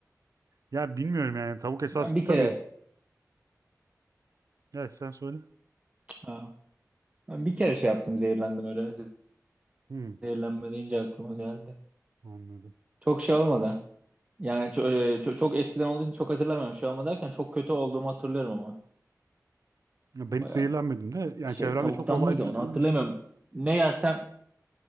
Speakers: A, on the right (about 65°); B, on the right (about 20°).
A: Ya bilmiyorum yani tavuk esaslı
B: Ben bir
A: tabii.
B: kere
A: Evet sen söyle.
B: ha, ben bir kere şey yaptım zehirlendim öyle.
A: Hmm,
B: Zehirlenme deyince aklıma geldi.
A: anladım.
B: Çok şey olmadı. Yani çok, çok, çok eskiden olduğu için çok hatırlamıyorum. Şey olma derken çok kötü olduğumu hatırlıyorum ama.
A: Ya Ben
B: Baya
A: hiç zehirlenmedim de yani
B: şey
A: çevremde
B: tavuktan
A: çok olay
B: mıydı
A: duyduğum
B: onu hatırlamıyorum.
A: için.
B: Ne yersem